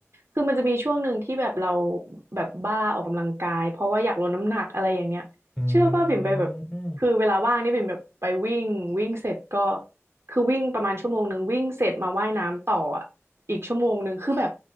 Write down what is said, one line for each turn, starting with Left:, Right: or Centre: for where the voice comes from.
Right: คือมันจะมีช่วงหนึ่งที่แบบเราแบบบ้าออกกำลังกายเพราะว่าอยากลดน้ำหนักอะไรอย่างเงี้ยเชื่อว่าบิ่มไปแบบคือเวลาว่างนี่บิ่มแบบไปวิ่งวิ่งเสร็จก็
Left: อืม
Right: คือวิ่งประมาณชั่วโมงหนึ่งวิ่งเสร็จมาว่ายน้ำต่ออะอีกชั่วโมงหนึ่งคือแบบ